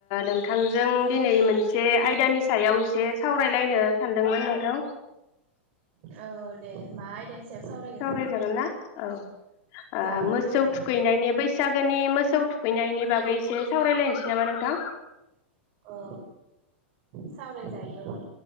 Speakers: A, on the left (about 50°); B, on the right (about 50°).
A: नोंथांजों दिनै मोनसे आयदानि सायाव एसे सावरायलायनो सानदोंमोन नोंथां।
B: औ दे। सायाव सावरायगोन
A: सावरायजागोन ना औ
B: जागोन
A: मोसौ
B: अ जागोन
A: थुखैनायनि बैसागोनि मोसौ थु थुखैनायनि बागै एसे सावरायलायनोसै नामा नोंथां।
B: अ सावराय जायो।